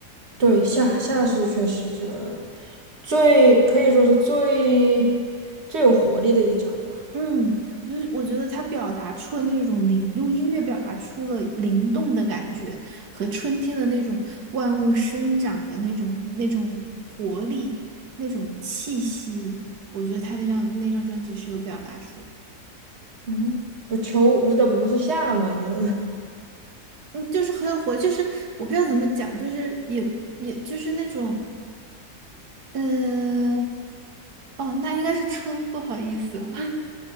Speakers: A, on the right; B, on the right.
A: 对，夏夏是确实这个最可以说是最最有活力的一张吧。
B: 嗯，我就是我觉得他表达出了那种灵，用音乐表达出了灵动的感觉和春天的那种万物生长的那种那种活力、那种气息。我觉得他那张那张专辑是有表达出的
A: 嗯，不秋不是这不不是夏吗？怎么？
B: 嗯，就是很有活，就是我不知道怎么讲，就是也也就是那种。呃，哦，那应该是春，不好意思，<laughs>